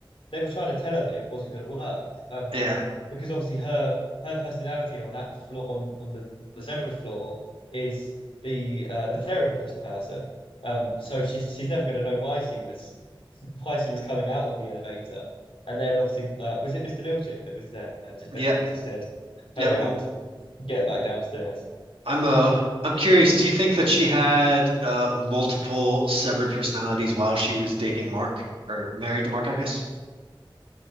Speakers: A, on the left; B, on the right.
A: they were trying to tell her that it wasn't going to work. Um,
B: Yeah.
A: because obviously her her personality on that floor on on the the seventh floor is the uh the therapist person. Um, so she's she's never going to know why she was <laughs> why she was coming out of the elevator. And then obviously, uh, was it Mr. Milchick that was there and just basically
B: Yep.
A: just said,
B: Yep.
A: turn around, get back downstairs.
B: I'm uh I'm curious, do you think that she had uh multiple severed personalities while she was dating Mark or married to Mark, I guess?